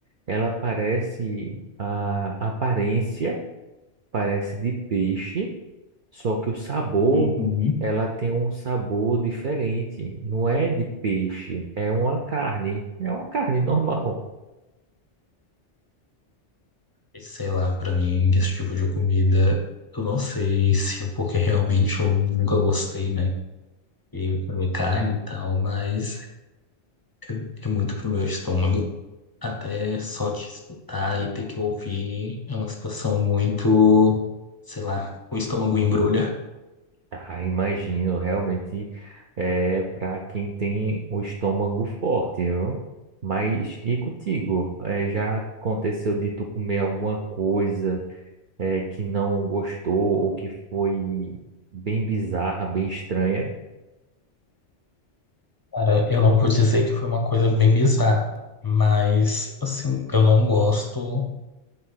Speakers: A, on the right (about 50°); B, on the left (about 25°).
A: Ela parece a aparência parece de peixe Só que o sabor,
B: Uhum.
A: ela tem um sabor diferente. Não é de peixe, é uma carne. É uma carne <laughs> normal.
B: E Sei lá, pra mim, esse tipo de comida, eu não sei se é porque realmente eu nunca gostei, né? Eu comi carne e tal, mas é, é muito pro meu estômago. Até só te escutar e ter que ouvir é uma situação muito, sei lá, o estômago embrulha.
A: Ah, imagino, realmente é para quem tem o estômago forte, viu? Mas e contigo? É, já aconteceu de tu comer alguma coisa é, que não gostou ou que foi bem bizarra, bem estranha?
B: Cara, eu não vou dizer que foi uma coisa bem bizarra, mas, assim, eu não gosto.